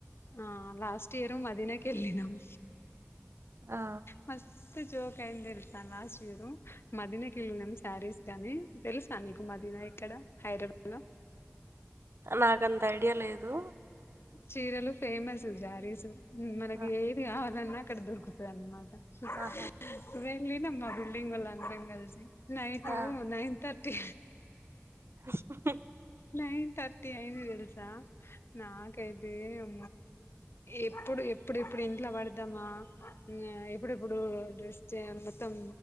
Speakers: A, on the left; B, on the right.
A: ఆ లాస్ట్ ఇయర్ మదీనాకి ఎల్లినమ్.
B: ఆ
A: మస్తు జోక్ అయింది తెలుసా లాస్ట్ ఇయరు, మదీనకి ఎళ్ళినాం శారీస్ కని తెలుసా నీకు మాదీనా ఎక్కడ హైద్రా లో
B: నాకంత ఐడియ లేదు
A: చీరలు ఫేమస్ జారీస్ మనకి
B: ఆ,
A: ఏ కావాలన్నా అక్కడ దోర్కుతయి అన్మాట
B: ఆహా
A: ఆ వెళ్ళనమ్ మా బల్డింగ్ ఒళ్ళం అందరం కలిసి నైటు
B: ఆ
A: నైన్ థర్ తే
B: <unintelligible>
A: నైన్ థర్టీ అయింది తెలుసా నా <unintelligible> ఎప్పుడు ఎప్పుడు ఎప్పుడు ఇంట్లో పడదామా, ఎప్పుడెప్పుడు డ్రెస్ చేయజ్ మొత్తం